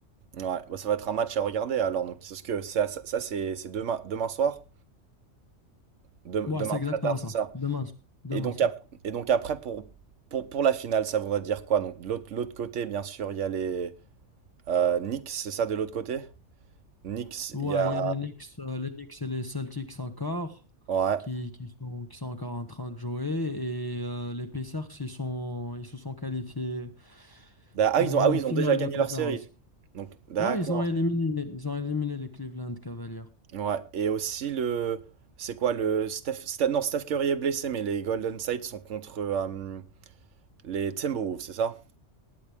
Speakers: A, on the right (about 75°); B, on the left (about 20°).
A: Ouais, bah, ça va être un match à regarder alors. Donc, c'est ce que ça, ça, ça, c'est c'est demain, demain soir? Dem-
B: Ouais,
A: demain
B: c'est exactement
A: très tard, c'est
B: ça.
A: ça.
B: Demain, ça. demain
A: Et donc,
B: ça.
A: ap- et donc après, pour, pour, pour la finale, ça voudrait dire quoi? Donc, de l'autre l'autre côté, bien sûr, il y a les euh, Knicks, c'est ça de l'autre côté? Knicks,
B: Ouais,
A: il y a.
B: il y a les Knicks, euh, les Knicks et les Celtics encore,
A: Ouais.
B: qui, qui sont, qui sont encore en train de jouer. Et euh, les Pacers, ils sont, ils se sont qualifiés
A: D'a- Ah,
B: en
A: ils ont, ah oui, ils
B: finale
A: ont déjà gagné
B: de conférence.
A: leur série. Donc, d'accord.
B: Ouais, ils ont éliminé, ils ont éliminé les Cleveland Cavaliers.
A: Ouais. Et aussi le. C'est quoi le. Steph... Steph- Non, Steph Curry est blessé, mais les Golden State sont contre euh, les Timberwolves, c'est ça?